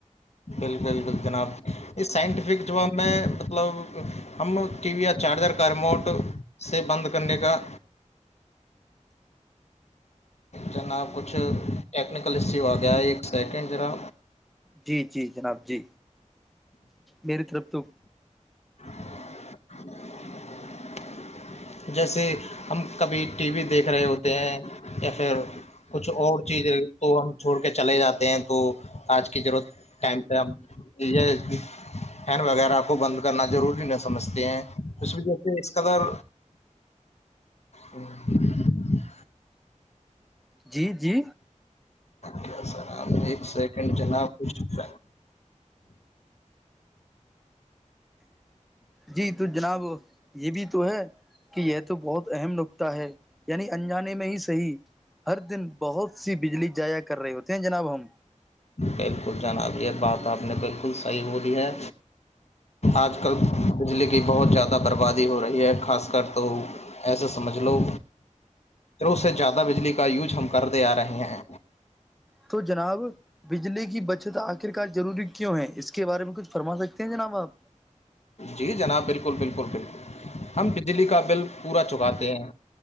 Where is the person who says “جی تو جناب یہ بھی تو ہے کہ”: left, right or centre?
Centre